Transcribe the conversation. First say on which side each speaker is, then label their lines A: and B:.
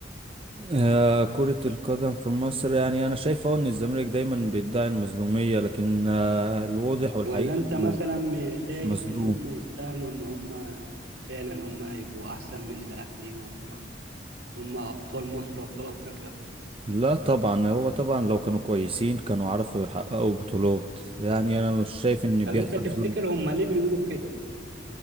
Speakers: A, on the right; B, on the right.
A: آه كرة القدم في مصر يعني انا شايف أهو ان الزمالك دايما بيدعي المظلومية لكن آه الواضح
B: ولا
A: والحقيقة
B: انت
A: انه
B: مثلا
A: مش
B: شايف
A: مظلوم
B: ان هم يستاهلوا ان هم فعلا هم يبقوا احسن من الاهلي وهم هم ابطال مصر وابطال افريقيا
A: لا طبعا هو طبعا لو كانوا كويسين كانوا عرفوا يحققوا بطولات يعني انا مش شايف ان
B: طب
A: بيحصل
B: انت تفتكر
A: ظلم
B: هم ليه بيقولوا كده